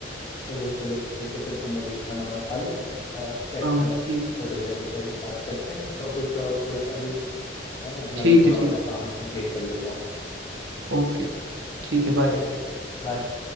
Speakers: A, on the left; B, on the right.
A: चलो चलो ठीक है फिर तुम अभी खाना वाना खा लो सेट
B: हाँ ठीक
A: थोड़ी देर में हम फिर बात करते हैं इस टॉपिक पे और थोड़ा सा भी है ना मैं
B: ठीक
A: भी थोड़ा
B: है
A: अपना
B: ठीक
A: काम कंप्लीट कर लेता हूँ
B: है ओके ठीक है
A: ओके
B: बाय
A: I bye